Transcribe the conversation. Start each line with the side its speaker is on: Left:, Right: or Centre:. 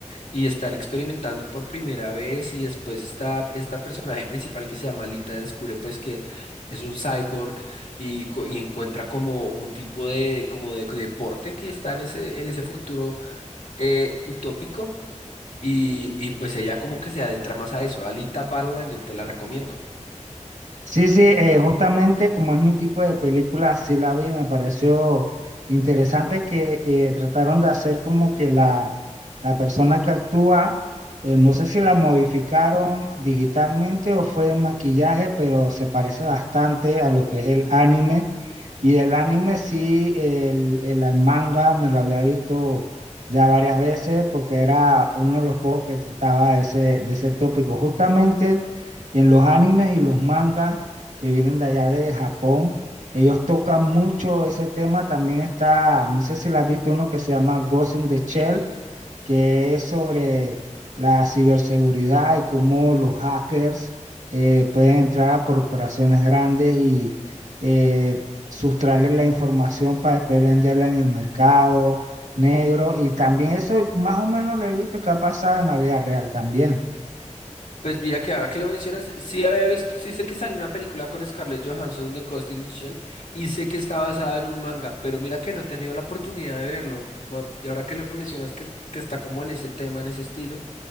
Left: y están experimentando por primera vez y después está esta personaje principal que se llama Lita descubre pues que es un cyborg y, co- y encuentra como un tipo de como de, deporte que está en ese en ese futuro eh, utópico y, y pues ella como que se adentra más a eso. Alita Battle Angel, te la recomiendo.
Right: Sí, sí, eh, justamente como es mi tipo de película, sí la vi, me pareció interesante que eh, trataron de hacer como que la, la persona que actúa, eh, no sé si la modificaron digitalmente o fue en maquillaje, pero se parece bastante a lo que es el anime. Y el anime sí, el, el el manga me lo había visto ya varias veces porque era uno de los pocos que trataba ese, de ese tópico. Justamente. Y en los animes y los mangas que vienen de allá de Japón, ellos tocan mucho ese tema. También está, no sé si la has visto uno que se llama Ghost in the Shell, que es sobre la ciberseguridad y cómo los hackers eh, pueden entrar a corporaciones grandes y eh, sustraerles la información para después venderla en el mercado negro. Y también eso más o menos lo he visto que ha pasado en la vida real también.
Left: Pues mira que ahora que lo mencionas, sí había visto, sí sé que salió una película con Scarlett Johansson de Ghost in the Shell y sé que está basada en un manga, pero mira que no he tenido la oportunidad de verlo. Bu- Y ahora que lo mencionas que, que está como en ese tema, en ese estilo,